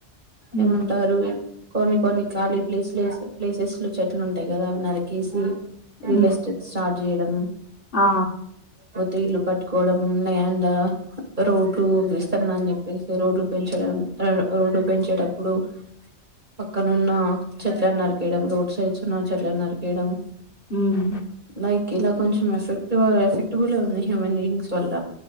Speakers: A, on the left; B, on the right.
A: హ్మ్.
B: ఏమంటారు కొన్ని కొన్ని ఖాళీ ప్లేస్ ప్లేసెస్ లో చెట్లు ఉంటాయి కదా అవి నరికేసి రియల్
A: హ్మ్.
B: ఎస్టేట్ స్టార్ట్ చేయడం
A: ఆ
B: తేలుక కోవడం లేలండ్ రోడ్లు విస్తరణ అని చెప్పేసి రోడ్లు పెంచడం ర రోడ్డు పెంచేటప్పుడు పక్కనున్న చెట్లను నరికేయడం. రోడ్ సైడ్స్ ఉన్నా చెట్లలను నరికేయడం.
A: హూ ఉమ్
B: రై ఇలా కొంచెం ఎఫెక్టివ్ గ ఎఫెక్టబుల్ ఉంది హ్యూ మన్ వల్ల